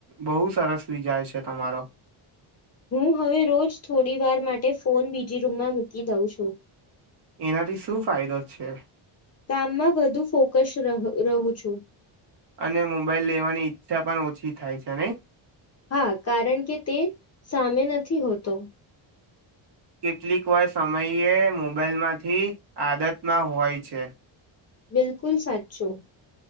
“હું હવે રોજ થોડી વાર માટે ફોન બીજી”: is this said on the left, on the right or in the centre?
Left